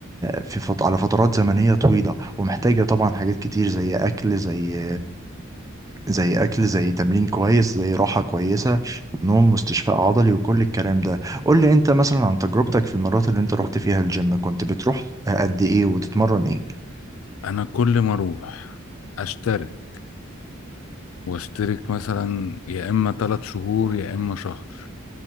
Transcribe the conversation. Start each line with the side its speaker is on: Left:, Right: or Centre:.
Right: في فت... على فترات زمنية طويلة ومحتاجة طبعا حاجات كتير زي أكل زي زي اكل زي تمرين كويس زي راحه كويسه نوم واستشفاء عضلي وكل الكلام ده قول لي انت مثلا عن تجربتك في المرات اللي انت رحت فيها الجيم كنت بتروح قد ايه وتتمرن ايه
Left: انا كل ما اروح اشترك واشترك مثلا يا اما ثلاث شهور يا اما شهر